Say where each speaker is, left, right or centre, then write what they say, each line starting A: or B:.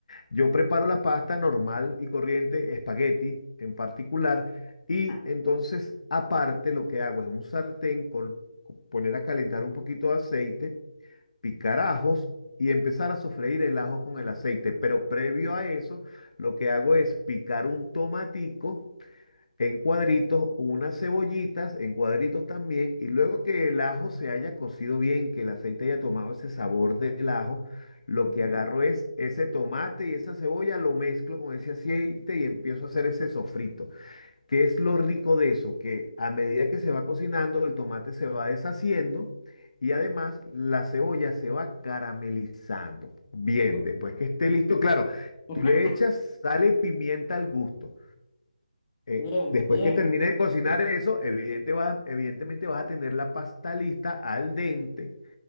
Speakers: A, on the left; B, on the left.
A: Yo preparo la pasta normal y corriente, espagueti en particular, y
B: Ah,
A: entonces aparte lo que hago es un sartén con con poner a calentar un poquito de aceite, picar ajos y empezar a sofreír el ajo con el aceite. Pero previo a eso, lo que hago es picar un tomatico en cuadritos, unas cebollitas en cuadritos también, y luego que el ajo se haya cocido bien, que el aceite haya tomado ese sabor del ajo, lo
B: ujú,
A: que agarro es ese tomate y esa cebolla, lo mezclo con ese aceite y empiezo a hacer ese sofrito. ¿Qué es lo rico de eso? Que a medida que se va cocinando, el tomate se va deshaciendo. Y además la cebolla se va caramelizando. Bien,
B: mm.
A: después que esté listo, claro,
B: <laughs>
A: tú le echas sal y pimienta al gusto. Eh,
B: Bien,
A: después
B: bien,
A: que termines de cocinar eso, evidente vas a- evidentemente vas a tener la pasta lista al dente